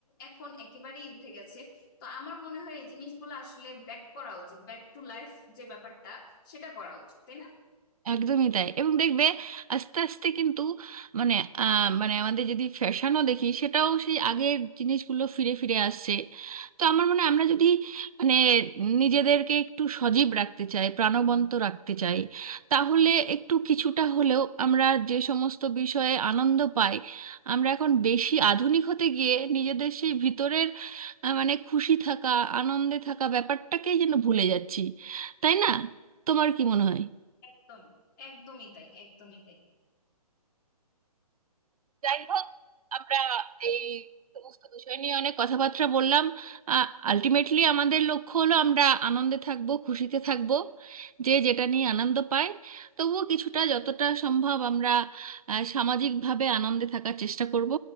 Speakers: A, on the left; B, on the right.
A: এখন একেবারেই উঠে গেছে তো আমার মনে হয় এই জিনিসগুলো আসলে ব্যাক করা উচিত ব্যাক টু লাইফ যে ব্যাপারটা সেটা করা উচিত তাই না
B: একদমই তাই এবং দেখবে আস্তে আস্তে কিন্তু মানে আহ, মানে আমাদের যদি ফ্যাশনও দেখি সেটাও সেই আগের জিনিসগুলো ফিরে ফিরে আসছে তো আমার মনে হয় আমরা যদি মানে নিজেদেরকে একটু সজীব রাখতে চাই প্রাণবন্ত রাখতে চাই তাহলে একটু কিছুটা হলেও আমরা যে সমস্ত বিষয়ে আনন্দ পাই আমরা এখন বেশি আধুনিক হতে গিয়ে নিজেদের সেই ভিতরের আহ, মানে খুশি থাকা আনন্দে থাকা ব্যাপারটাকেই যেন ভুলে যাচ্ছি তাই না তোমার কি মনে হয়
A: একদমই একদমই তাই একদমই তাই
B: যাই হোক আমরা এই সমস্ত বিষয় নিয়ে অনেক কথাবার্তা বললাম আলটিমেটলি আমাদের লক্ষ্য হলো আমরা আনন্দে থাকব খুশিতে থাকব যে যেটা নিয়ে আনন্দ পায় তবুও কিছুটা যতটা সম্ভব আমরা আহ, সামাজিকভাবে আনন্দে থাকার চেষ্টা করব